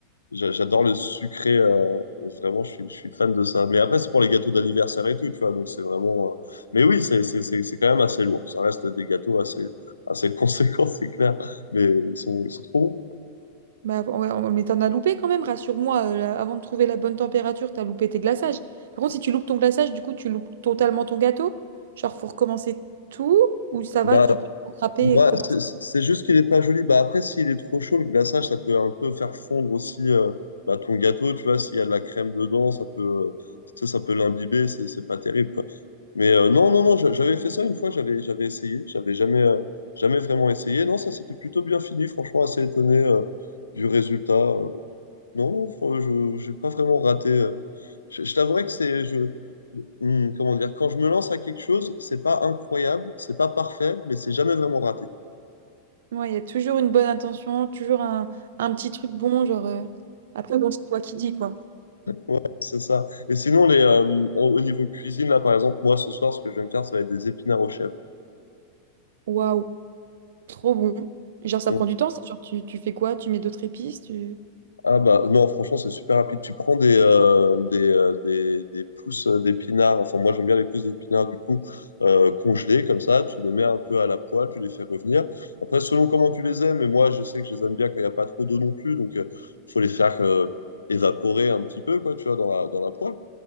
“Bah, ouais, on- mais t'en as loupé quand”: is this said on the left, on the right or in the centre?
Right